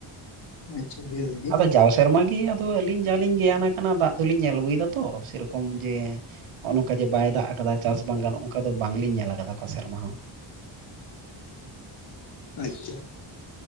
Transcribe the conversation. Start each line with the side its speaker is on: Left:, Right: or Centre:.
Left: ᱟᱪᱪᱷᱟ ᱵᱮᱥ ᱜᱮ
Right: ᱟᱫᱚ ᱡᱟᱣ ᱥᱮᱨᱢᱟ ᱜᱤ ᱟᱫᱚ ᱛᱚ ᱟᱹᱞᱤᱧ ᱡᱟᱟᱞᱤᱧ ᱜᱮᱭᱟᱱ ᱠᱟᱱᱟ᱾ ᱫᱟᱜ ᱫᱚᱞᱤᱧ ᱧᱮᱞ ᱟᱹᱜᱩᱭᱮᱫᱟ ᱛᱚ ᱥᱮᱨᱚᱠᱚᱢ ᱡᱮ ᱦᱚᱸᱜ-ᱚ ᱱᱚᱝᱠᱟ ᱡᱮ ᱵᱟᱭ ᱫᱟᱜ ᱟᱠᱟᱫᱟ᱾ ᱪᱟᱥ ᱵᱟᱝ ᱜᱟᱱᱚᱜ ᱚᱱᱠᱟ ᱫᱚ ᱵᱟᱝᱞᱤᱧ ᱧᱮᱞ ᱟᱠᱟᱫᱟ ᱚᱠᱟ ᱥᱮᱨᱢᱟ ᱦᱚᱸ᱾
Left: <inaudible> ᱚ ᱟᱪᱪᱷᱟ᱾